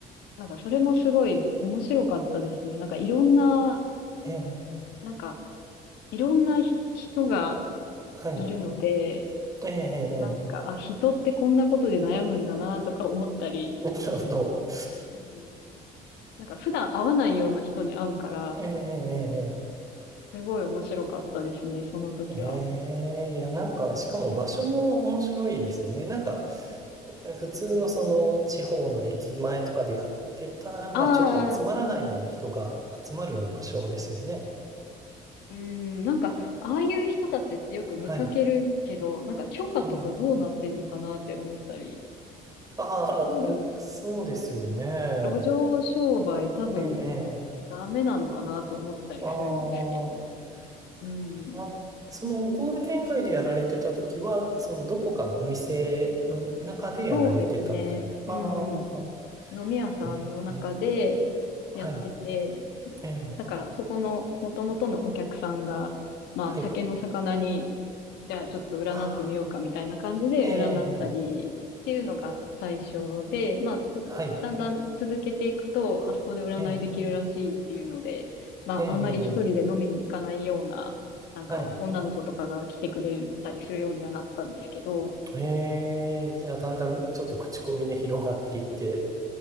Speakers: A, on the left; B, on the right.
A: なんかそれもすごい面白かったですね。なんかいろんな、
B: ええ、
A: なんか、いろんなひ人が
B: はい。
A: いるので、
B: ええ、
A: なんか、
B: え
A: あ、人ってこんなことで悩むんだなとか思ったり、
B: え、なるほど。
A: うん、なんか普段会わないような人に会うから、
B: ええ、ええ、ええ
A: すごい面白かったですね、その時は。
B: ええ、いや、なんか、しかも場所も面白いですよね。なんか、普通のその地方の駅前とかでやってたら、
A: ああ、
B: ちょっと集まらないような人が集まるような場所ですよね。
A: うん、なんか、ああいう人たちってよく見かけるけど、
B: はい。
A: なんか許可とかどうなってんのかなって思ったり、
B: ええ。ああ、
A: 一応、
B: んそうですよね。
A: 路上商売多分
B: ええ、ええ。
A: ダメなのかなと思ったりするんですけど、
B: ああ、
A: うん、
B: ま、そのゴールデン街でやられてた時は、そのどこかのお店の中でやられてたみたいな。
A: そうですね。
B: ああ、
A: うん、うん。飲み屋さんの中で
B: ええ、はい。
A: やってて、
B: ええ。
A: だから、そこの元々のお客さんが、まあ、
B: はい
A: 酒の魚に、じゃあちょっと占ってみようかみたいな感じで占ったりっていうのが最初で、
B: ああ、ええ、ええ、
A: まあ、つだんだん続けていくと、
B: はい。
A: あそこで占いできるらしいっていうので、
B: ええ、
A: まあ、
B: ええ、
A: あんまり一人で飲みに行かないような、
B: ええ
A: なんか女の子とかが来てくれたりするようにはなったんですけど、
B: はい。ええ、じゃあ、だんだんちょっと口コミで広がっていって。